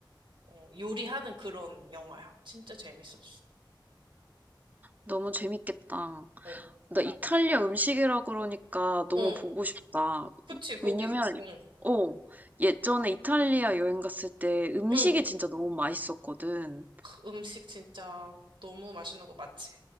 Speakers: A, on the right (about 85°); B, on the right (about 20°).
A: 어, 요리하는 그런 영화야. 진짜 재밌었어.
B: 너무 재밌겠다.
A: 어,
B: 나 이탈리아 음식이라 그러니까 너무
A: 어,
B: 보고 싶다.
A: 그치, 거기,
B: 왜냐면,
A: 응,
B: 어, 예전에 이탈리아 여행 갔을 때 음식이
A: 응.
B: 진짜 너무 맛있었거든.
A: 음식 진짜 너무 맛있는 거 맞지?